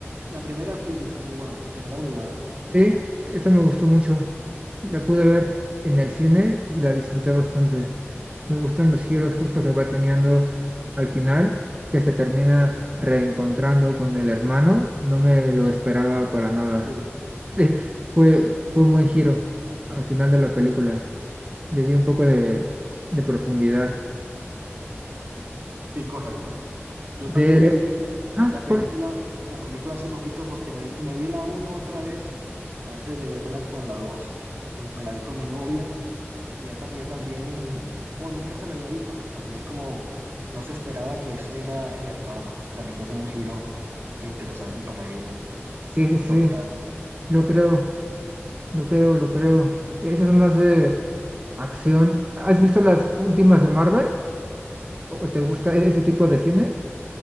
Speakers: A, on the right; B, on the right.
A: la primera sí, muy buena, la primera muy buena.
B: Sí, esa me gustó mucho. La pude ver en el cine y la disfruté bastante. Me gustan los giros justo que va teniendo al final, que se termina reencontrando con el hermano. No me lo esperaba para nada.
A: Sí,
B: Sí, fue, fue un buen giro al final de la película. Le dio un poco de, de profundidad.
A: sí, correcto. Yo
B: De,
A: también me vi
B: ah,
A: la película,
B: Paul.
A: la película hace poquito porque me, me vi la uno otra vez antes de vermela con la dos. Y Me la vi con mi novia Y ya, ta- ya también, bueno, nunca se lo había visto, pero también como no se esperaba que ese era el hermano. También fue como un giro interesante para ella.
B: Sí, sí, sí.
A: Total.
B: Lo creo, lo creo, lo creo. Esas son más de acción. ¿Has visto las últimas de Marvel? ¿O te gusta e- ese tipo de cine?